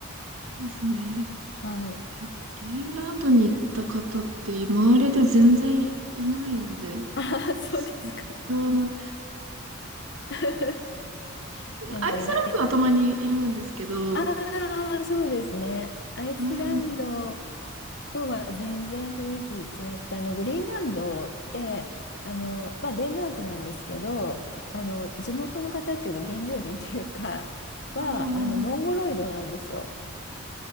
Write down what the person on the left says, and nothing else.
はい。
ああ、そうですか。
<laughs>
なんかいら、え、ああ、そうですね。アイスランド
とは全然雰囲気違って、あの、グリーンランドって、あの、まあ、デンマークなんですけど、あの、地元の方っていうか、原住民っていうか、は、
あの、モンゴロイドなんですよ。